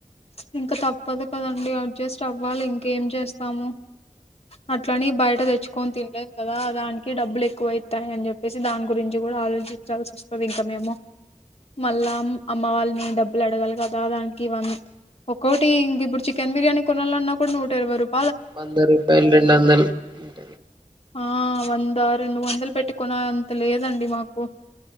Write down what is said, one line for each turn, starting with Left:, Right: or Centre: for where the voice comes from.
Left: ఇంకా తప్పదు కదండి అట్ చేస్ట్ అవ్వాలి ఇంక ఏం చేస్తాము అట్లని బయట తెచ్చుకొని తినలేము కదా దానికి డబ్బులు ఎక్కువవుతాయి అని చెప్పేసి దాని గురించి కూడా ఆలోచించాల్సి వస్తుంది ఇంకా మేము మళ్ళా అమ్మ వాళ్ళని డబ్బులు అడగాలి కదా దానికి వన్ ఒక్కొటి ఇంక ఇప్పుడు చికెన్ బిర్యానీ కొనాలన్నా కూడా నూట ఇరవై రూపాయ
Right: పంద రూపాయలు రెండందలు ఉంట
Left: ఆ వంద రెండు వందలు పెట్టుకున్న అంత లేదండి మాకు